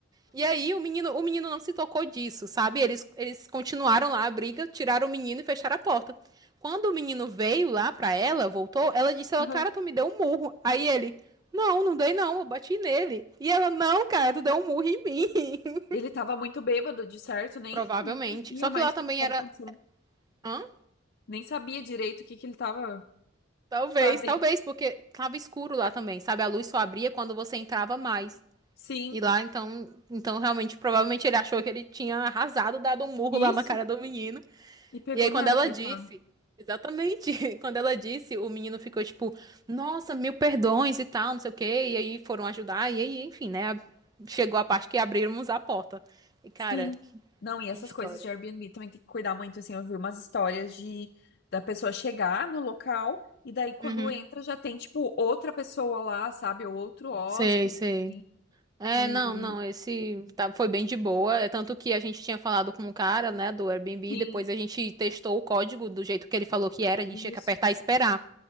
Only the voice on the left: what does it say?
Aham.
Ele tava muito bêbado, de certo. Nem
sabia
mais
o
que estava
acontecendo.
Nem sabia direito o que que ele tava
fazendo.
Sim,
isso.
E pegou
nela,
coitada.
Sim. Não, e essas
coisas de Airbnb também tem que cuidar muito, assim, eu vi umas histórias de da pessoa chegar no local e daí quando
entra já tem, tipo, outra pessoa lá, sabe? Ou outro hóspede,
assim.
E
sim,
isso.